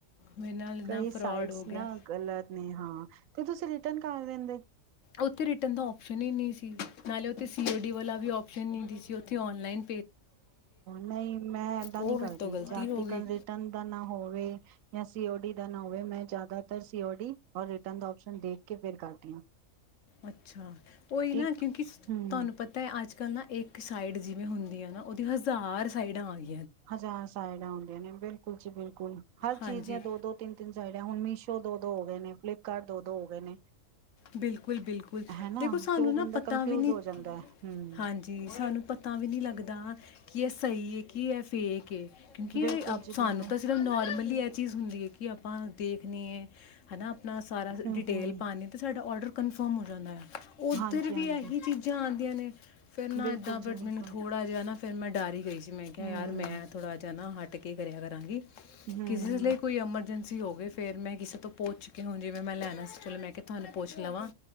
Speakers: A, on the left (about 70°); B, on the right (about 80°).
A: ਮੇਰੇ ਨਾਲ
B: ਕਈ
A: ਨਾ ਫਰਾਡ
B: ਸਾਈਜ਼
A: ਹੋ
B: ਨਾ
A: ਗਿਆ
B: ਗਲਤ ਨੇ ਹਾਂ ਤੇ ਤੁਸੀਂ ਰਿਟਨ ਕਰਤਾ ਕਰ ਦਿੰਦੇ।
A: ਉੱਥੇ ਰਿਟਰਨ ਦਾ ਓਪਸ਼ਨ ਹੀ ਨਹੀਂ ਸੀ ਨਾਲੇ ਉੱਥੇ ਸੀ ਓ ਡੀ ਵਾਲਾ ਵੀ ਆਪਓਪਸ਼ਨ ਨਹੀਂ ਸੀ ਸੀ ਉੱਥੇ ਔਨਲਾਈਨ
B: ਨਹੀਂ ਮੈਂ ਏਦਾਂ
A: ਉਹ
B: ਨਹੀਂ ਕਰਦੀ
A: ਮੇਰੇ ਤੋਂ ਗਲਤੀ
B: ਜਾਤੀ
A: ਹੋ ਗਈ
B: ਕਟਨ ਦਾ ਨਾ ਹੋਵੇ ਜਾਂ ਸੀਓ ਡੀ ਨਾ ਹੋਵੇ ਮੈਂ ਜ਼ਿਆਦਾਤਰ ਸੀਓਡੀ ਔ ਰਿਟਰਨ ਦਾ ਪਸ਼ਨ ਦੇਖ ਕੇ ਫਿਰ ਕਰਦੀ ਹਾਂ।
A: ਅੱਛਾ। ਉਹੀ ਨਾ
B: ਇੱਕ
A: ਕਿਉਂਕਿ
B: ਹੂੰ
A: ਤੁਹਾਨੂੰ ਪਤਾ ਹੈ ਅੱਜ ਕੱਲ ਅੱਜ ਕੱਲ੍ਹ ਨਾ ਇੱਕ ਸਾਈਡ ਜਿਵੇਂ ਹੁੰਦੀ ਆ ਨਾ ਉਹਦੀ ਹਜ਼ਾਰ ਸਾਈਡਾਂ ਆ ਗਈ
B: ਹਜ਼ਾਰ ਸਾਈਡਾਂ ਆਉਂਦੀਆਂ ਨੇ ਬਿਲਕੁਲ ਜੀ ਬਿਲਕੁਲ। ਹਰ
A: ਹਾਂਜੀ
B: ਚੀਜ਼ ਦੀਆਂ ਦੋ ਦੋ ਤਿੰਨ ਤਿੰਨ ਸਾਈਡ ਆ ਹੁਣ ਮੀਸ਼ੋ ਦੋ ਦੋ ਹੋ ਗਏ ਨੇ ਫਲਿੱਪਕਾਰਟ ਦੋ ਦੋ ਹੋ ਗਏ ਨੇ।
A: ਬਿਲਕੁਲ, ਬਿਲਕੁਲ,
B: ਹਨਾ
A: ਦੇਖੋ ਸਾਨੂੰ
B: ਤੇ ਉਹ ਬੰਦਾ
A: ਨਾ ਪਤਾ
B: ਕਨਫਿਊਜ
A: ਵੀ ਨਹੀਂ,
B: ਹੋ ਜਾਂਦਾ ਹੈ ਹਮ
A: ਹਾਂਜੀ ਸਾਨੂੰ ਪਤਾ ਵੀ ਨਹੀਂ ਲੱਗਦਾ ਕਿ ਅ ਸਹੀ ਹੈ ਕੀ ਹੈ ਫੇਕ ਕੇ ਕਿਉਂਕਿ ਇਹ
B: ਬਿਲਕੁਲ ਜੀ
A: ਸਾਨੂੰ
B: ਬਿਲਕੁਲ
A: ਤਾਂ ਸਿਰਫ ਨੋਰਮਲੀ ਇਹ ਚੀਜ਼ ਹੁੰਦੀ ਹੈ ਕਿ ਆਪਾਂ ਦੇਖਦੇ ਹੈ ਹੈ ਨਾ ਆਪਣਾ ਸਾਰਾ
B: ਹਮ
A: ਡਿਟੇਲ
B: ਹਮ
A: ਪਾਣੀ, ਆਡਰ ਕਨਫਰਮ ਹੋ ਜਾਂਦਾ ਹੈ। ਉੱਧਰ
B: ਹਾਂਜੀ ਹਾਂਜੀ
A: ਵੀ ਇਹੀ ਚੀਜ਼ਾਂ ਆ ਤੇ ਨੇ, ਫਿਰ ਨਾ
B: ਬਿਲਕੁਲ
A: ਇੱਦਾਂ
B: ਜੀ
A: ਫਿਰ
B: ਬਿਲਕੁਲ
A: ਮੈਨੂੰ ਥੋੜਾ ਜਿਹਾ ਨਾ ਫਿਰ ਮੈਂ ਡਾਰੀ ਗਈ ਸੀ ਮੈਂ ਕਿਹਾ
B: ਹਮ
A: ਯਾਰ ਮੈਂ ਥੋੜ੍ਹਾ ਜਿਹਾ ਨਾ ਹਟ ਤੇ ਕੀ ਕਰਿਆ ਕਰਾਂਗੀ,
B: ਹਮ ਹਮ,
A: ਕਿਸੇ ਲਈ ਕੋਈ ਐਮਰਜੈਂਸੀ ਸੀ ਹੋ ਗਏ ਫਿਰ ਮੈਂ ਕਿਸੇ ਤੋਂ ਪੁੱਛ ਕੇ ਹੁਣ ਜਿਵੇਂ ਮੈਂ ਲੈਣਾ ਸੀ ਚਲੋ ਮੈਂ ਕਿਹਾ ਤੁਹਾਨੂੰ ਪੁੱਛ ਲਵਾਂ,